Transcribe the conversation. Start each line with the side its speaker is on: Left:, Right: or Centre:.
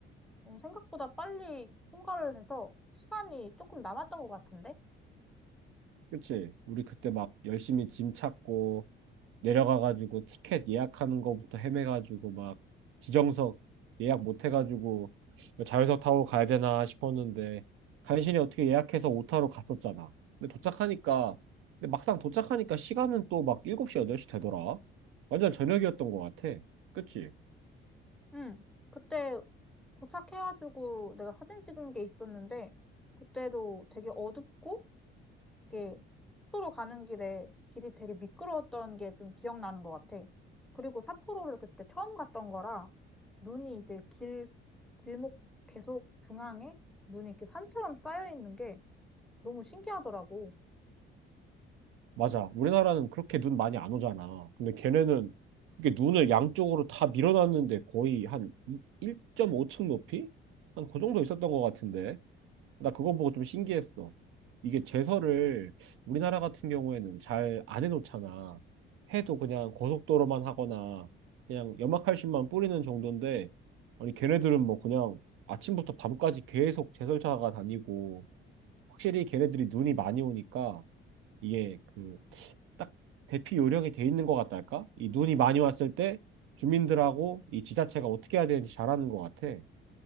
Centre: 음, 생각보다 빨리 통과를 해서 시간이 조금 남았던 것 같은데?
Right: 그치? 우리 그때 막 열심히 짐 찾고 내려가가지고 티켓 예약하는 거부터 헤매가지고 막 지정석 예약 못 해가지고 자유석 타고 가야 되나 싶었는데 간신히 어떻게 예약해서 오타로 갔었잖아. 근데 도착하니까 근데 막상 도착하니까 시간은 또 막 7시, 8시 되더라. 완전 저녁이었던 것 같아. 그치?
Centre: 응. 그때 도착해가지고 내가 사진 찍은 게 있었는데, 그때도 되게 어둡고 이게 삿포로 가는 길에 길이 되게 미끄러웠던 게 좀 기억나는 것 같아. 그리고 삿포로를 그때 처음 갔던 거라 눈이 이제 길, 길목 계속 중앙에 눈이 이렇게 산처럼 쌓여 있는 게 너무 신기하더라고.
Right: 맞아. 우리나라는 그렇게 눈 많이 안 오잖아. 근데 걔네는 이게 눈을 양쪽으로 다 밀어놨는데 거의 한 1.5층 높이? 한 그 정도 있었던 것 같은데. 나 그거 보고 좀 신기했어. 이게 제설을 우리나라 같은 경우에는 잘 안 해놓잖아. 해도 그냥 고속도로만 하거나 그냥 염화칼슘만 뿌리는 정도인데 아니 걔네들은 뭐 그냥 아침부터 밤까지 계속 제설차가 다니고 확실히 걔네들이 눈이 많이 오니까 이게 그 딱 대피 요령이 돼 있는 것 같달까? 이 눈이 많이 왔을 때 주민들하고 이 지자체가 어떻게 해야 되는지 잘하는 것 같아.